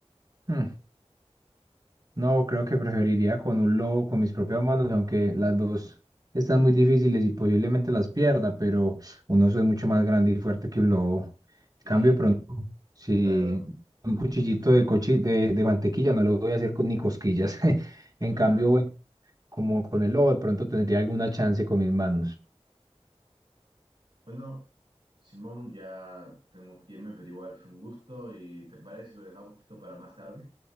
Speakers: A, on the right (about 35°); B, on the right (about 60°).
A: Hmm, No, creo que preferiría con un lobo, con mis propias manos, aunque las dos están muy difíciles y posiblemente las pierda, pero un oso es mucho más grande y fuerte que un lobo. En
B: Sí,
A: cambio,
B: con...
A: de pronto, si
B: Claro,
A: un cuchillito de, cochi- de, de mantequilla no lo voy a hacer con ni cosquillas. <laughs> En
B: claro.
A: cambio, bueno, como con el lobo, de pronto tendría alguna chance con mis manos.
B: Bueno, Simón, ya tengo que irme, pero igual fue un gusto y ¿te parece si lo dejamos esto para más tarde?